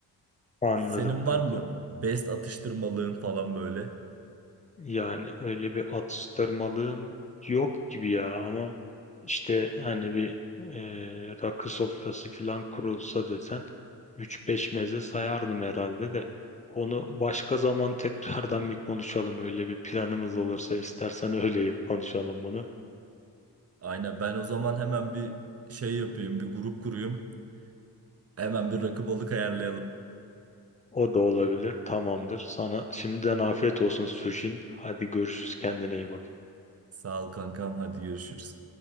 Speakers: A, on the left (about 20°); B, on the right (about 35°).
A: Anladım
B: Senin
A: kanka.
B: var mı best atıştırmalığın falan böyle?
A: Yani öyle bir atıştırmalığım yok gibi ya ama işte hani bir e, rakı sofrası falan kurulsa desen üç beş meze sayardım herhalde de onu başka zaman <laughs> tekrardan bir konuşalım öyle bir planımız olursa istersen öyle konuşalım bunu.
B: Aynen ben o zaman hemen bir şey yapayım, bir grup kurayım. Hemen bir rakı balık ayarlayalım.
A: O da olabilir tamamdır sana şimdiden afiyet olsun Sujin hadi görüşürüz kendine iyi bak.
B: Sağ ol kankam, hadi görüşürüz.